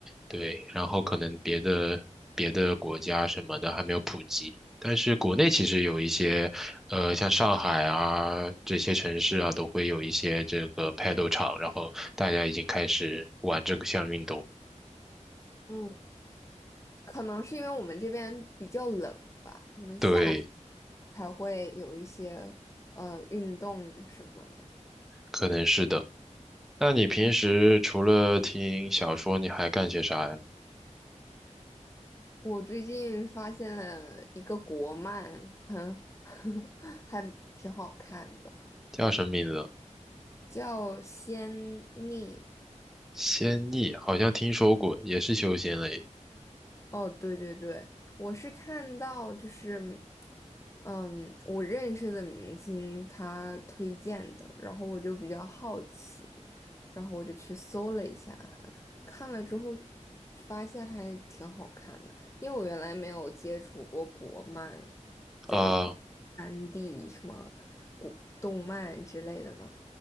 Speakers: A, in the centre; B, on the left (about 25°).
A: 对，然后可能别的别的国家什么的还没有普及，但是国内其实有一些，呃，像上海啊这些城市啊，都会有一些这个 paddle 场，然后大家已经开始玩这个项运动，
B: 嗯。可能是因为我们这边比较冷吧，可能夏天
A: 对，
B: 才会有一些呃运动什么的。
A: 可能是的。那你平时除了听小说，
B: 嗯，
A: 你还干些啥呀？
B: 我最近发现了一个国漫，很 <laughs> 还挺好看的，
A: 叫什么名字？
B: 叫《仙逆》。
A: 仙逆好像听说过，也是修仙类
B: 哦，对对对，我是看到就是。嗯，我认识的明星他推荐的，然后我就比较好奇，然后我就去搜了一下，看了之后发现还挺好看的，因为我原来没有接触过国漫
A: 啊、
B: 这种是
A: 呃
B: 3D 什么古动漫之类的嘛。